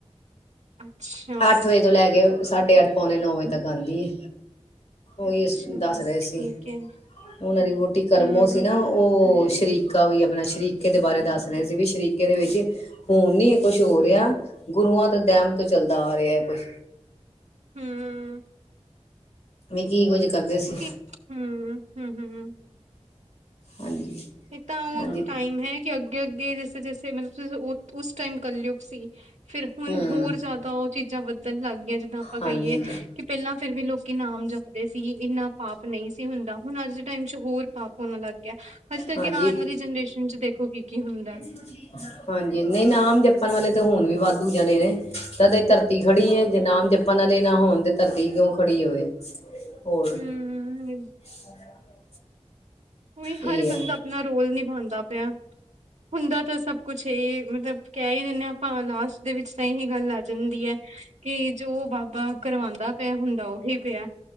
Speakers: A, on the right; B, on the left.
A: ਅੱਛਾ।
B: ਅੱਠ ਵਜੇ ਤੋਂ ਲੈ ਕੇ ਸਾਢੇ ਅੱਠ, ਪੌਣੇ ਨੌ ਵਜੇ ਤੱਕ ਆਂਦੀ ਏ। ਉਈ ਅਸੀਂ
A: ਚਲੋ
B: ਦੱਸ ਰੇ
A: ਠੀਕ
B: ਸੀ
A: ਹੈ
B: ਉਨਾਂ ਦੀ ਵੋਟੀ ਕਰਮੋ
A: ਹਮ
B: ਸੀ ਨਾ ਓ ਸ਼ਰੀਕਾ ਵੀ ਆਪਣਾ ਸ਼ਰੀਕੇ ਦੇ ਬਾਰੇ ਦੱਸ ਰਹੇ ਸੀ ਵੀ ਸ਼ਰੀਕੇ ਦੇ ਵਿੱਚ ਹੁਣ ਨੀ ਕੁਛ ਹੋ ਰੇਆ ਗੁਰੂਆਂ ਤੇ ਦੈਮ ਤੋਂ ਚੱਲਦਾ ਆ ਰੇ ਐ ਕੁਛ।
A: ਹਮ
B: ਵੀ ਕੀ ਕੁੱਝ ਕਰਦੇ ਸੀ।
A: ਹੂੰ, ਹੂੰ-ਹੂੰ।
B: ਹਾਂਜੀ।
A: ਏ ਤਾਂ ਓ
B: ਹਾਂਜੀ
A: ਟਾਈਮ ਹੈ ਕਿ ਅੱਗੇ-ਅੱਗੇ ਜੈਸੇ-ਜੈਸੇ ਮਤਲ ਉਸ ਟਾਈਮ ਕਲਯੁਗ ਸੀ। ਫਿਰ ਹੁਣ
B: ਹਮ
A: ਹੋਰ ਜਿਆਦਾ ਓ ਚੀਜ਼ਾਂ ਵਧਣ ਲੱਗ ਗੀਆ ਜਿੱਦਾਂ ਆਪਾਂ
B: ਹਾਂਜੀ
A: ਕਈਏ
B: ਹਾਂਜੀ
A: ਕਿ ਪਹਿਲਾਂ ਫਿਰ ਵੀ ਲੋਕ ਨਾਮ ਜਪਦੇ ਸੀ ਇੰਨਾ ਪਾਪ ਨਈ ਸੀ ਹੁੰਦਾ ਹੁਣ ਅੱਜ ਦੇ ਟਾਈਮ 'ਚ ਹੋਰ ਪਾਪ ਹੋਣ ਲੱਗ ਗਿਆ ਹਜੇ 'ਤੇ ਅੱਗੇ
B: ਹਾਂਜੀ
A: ਆਣ ਵਾਲੀ ਜਨਰੇਸ਼ਨ 'ਚ ਦੇਖੋ ਕੀ-ਕੀ ਹੁੰਦੈ।
B: <inaudible> ਹਾਂਜੀ, ਨਈ ਨਾਮ ਜਪਣ ਵਾਲੇ ਤਾਂ ਹੁਣ ਵੀ ਵਾਧੂ ਜਾਣੇ ਨੇ ਤਦੇ ਧਰਤੀ ਖੜੀ ਏ ਜੇ ਨਾਮ ਜ ਪਣ ਆਲੇ ਨਾ ਹੋਣ 'ਤੇ ਧਰਤੀ ਕਿਉਂ ਖੜੀ ਹੋਵੇ। ਹੋਰ
A: ਹੂੰ-ਹੂੰ ਏ।
B: <inaudible>
A: ਕੋਈ ਹਰ
B: ਇਹ
A: ਬੰਦਾ
B: ਆ
A: ਆਪਣਾ ਰੋਲ ਨਿਭਾਦਾ ਪੇਆ। ਹੁੰਦਾ 'ਤੇ ਸਭ ਕੁਛ ਏ ਮਤਲਬ ਕੈ ਈ ਦਿੰਨੇ ਆ ਭਾਵ ਲਾਸਟ ਦੇ ਵਿੱਚ ਤਾਂ ਏਹੀ ਗੱਲ ਆ ਜਾਂਦੀ ਐ ਕਿ ਜੋ ਬਾਬਾ ਕਰਵਾਦਾ ਪਿਆ ਹੁੰਦਾ ਉਹੀ ਪੇਆ।